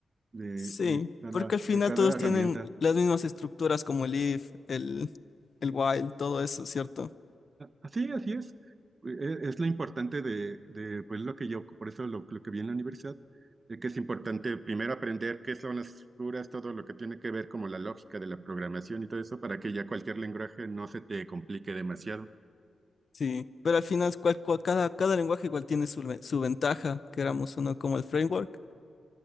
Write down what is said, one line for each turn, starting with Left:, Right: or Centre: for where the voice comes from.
Right: de,
Left: Sí,
Right: de cada,
Left: porque al final
Right: de cada
Left: todos
Right: herramienta.
Left: tienen las mismas estructuras como el if, el, el while, todo eso, ¿cierto?
Right: Así, así es. E- Es lo importante de, de pues, lo que yo, por eso lo, lo que vi en la universidad, de que es importante primero aprender qué son las estructuras, todo lo que tiene que ver como la lógica de la programación y todo eso, para que ya cualquier lenguaje no se te complique demasiado.
Left: Sí, pero al final cual- cual- cada, cada lenguaje igual tiene su, ve- su ventaja, queramos o no, como el framework,